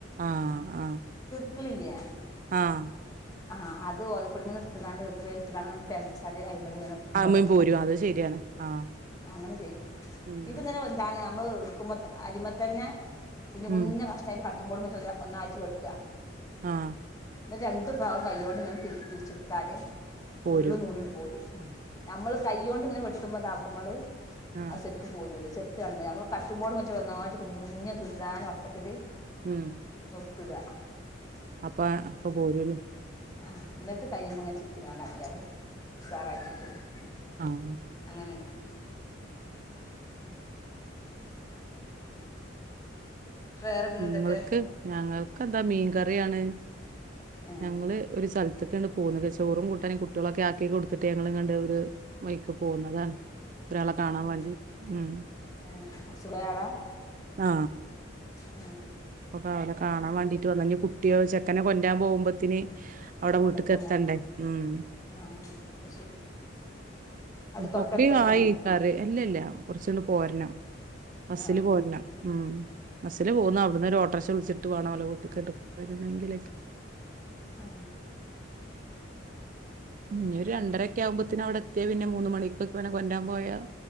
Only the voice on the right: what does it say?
ആ അ
ആ
ആമീൻ
അത് ശരിയാണ് ആഹ്
ഉം
ഉം
ആഹ്
പോരും
ആഹ്
ഉം
അപ്പൊ അപ്പൊ പോരൂല്ലേ
ആഹ്
നിങ്ങൾക്ക്
ഞങ്ങൾ എന്താ മീൻ കറിയാണ്
ഞങ്ങള് ഒരു സൽ <unintelligible> പോന്നത് ചോറും കുട്ടാനും കുട്ട്യോളും ആക്കി കൊടുത്തുട്ട് ഞങ്ങളങ്ങാണ്ട് ഒരു വഴിക്ക് പോന്നതാണ് ഒരാളെ കാണാൻ
വേണ്ടി ഉം
ആ
അപ്പൊ ഓലെ കാണാൻ വേണ്ടിട്ട് വന്നേ ഞ്ഞി കുട്ടേൾ ചെ <unintelligible> കൊണ്ടരാൻ പോകുമ്പത്തിന് അവിടെ വീട്ടുക്കു
എത്തണ്ടേ ഉം
ഇപ്പൊക്കെ
ആയി കറി അല്ലല്ല കുറച്ച് ട്ട് പോരണം ബസ്സിൽ
പോരണം ഉം ബസ്സിൽ പോന്നു
അവ് ഒരു ഓട്ടോറിക്ഷവിളിച്ചിട്ട് വേണം ഓലെ വീട്ടിക്ക് ട്ട് വരണങ്കില്
ഞ്ഞി ഒരു രണ്ടരക്കെ ആവുമ്പത്തിന് അവിടെ എത്തിയ പിന്നെ മൂന്ന് മണിക്കക്കോ അവനെ കൊണ്ടരാൻപോയ